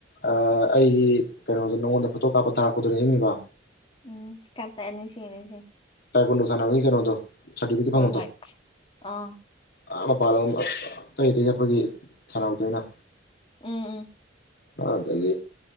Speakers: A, on the left; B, on the left.
A: ꯑꯥ ꯑꯩꯒꯤ ꯀꯩꯅꯣꯗꯣ ꯅꯉꯣꯟꯗ ꯐꯣꯇꯣ ꯀꯥꯞ ꯊꯥꯔꯄꯗꯨ ꯅꯤꯡꯖꯤꯡꯉꯤꯕꯣ
B: ꯎꯝ ꯀꯇꯅꯤꯁꯤꯡ ꯂꯛꯏꯖꯤꯌꯦꯡꯉꯣ
A: ꯇꯥꯏ ꯀꯨꯟꯗꯣ ꯁꯥꯟꯅꯕꯒꯤ ꯀꯩꯅꯣꯗꯣ ꯁꯔꯇꯤꯐꯤꯀꯦꯠ ꯐꯪꯕꯗꯣ
B: ꯍꯣꯏ ꯍꯣꯏ ꯑꯥ
A: ꯑꯥ ꯃꯄꯥꯥꯜꯂꯝ ꯑꯇꯩ ꯑꯇꯩ ꯆꯠꯄꯒꯤ ꯁꯥꯟꯅꯕꯗꯣ ꯑꯩꯅ
B: ꯎꯝ ꯎꯝ
A: ꯑꯧꯗꯒꯤ